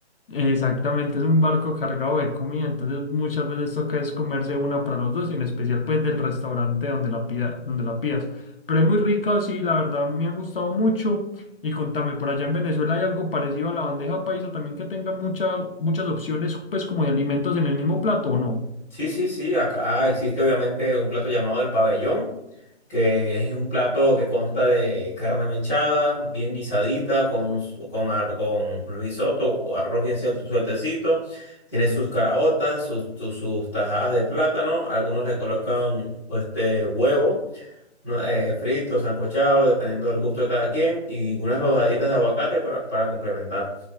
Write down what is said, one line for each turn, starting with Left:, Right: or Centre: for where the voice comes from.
Left: exactamente, es un barco cargado de comida, entonces muchas veces toca es comerse una para los dos, y en especial pues del restaurante donde la pida, donde la pidas. Pero es muy rica, sí, la verdad me ha gustado mucho. Y contame, por allá en Venezuela hay algo parecido a la bandeja paisa, también que tenga mucha, muchas opciones, pues como de alimentos en el mismo plato, ¿o no?
Centre: Sí, sí, sí, acá existe obviamente un plato llamado el pabellón, que es un plato que consta de carne mechada, bien guisadita, con, su- con, ar- con risotto o arroz bien suel- sueltecito. Tiene sus caraotas, sus, sus, sus tajadas de plátano, algunos le colocan este huevo. no, eh, frito, sancochado, dependiendo del gusto de cada quien, y unas rodaditas de aguacate para, para complementar.